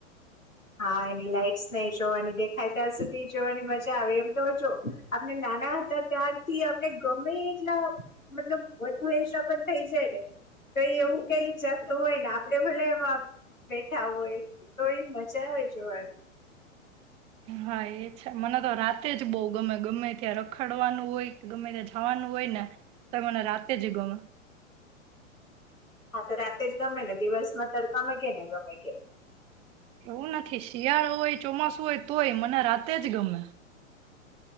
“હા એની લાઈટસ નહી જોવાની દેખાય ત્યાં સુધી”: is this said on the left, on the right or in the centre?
Left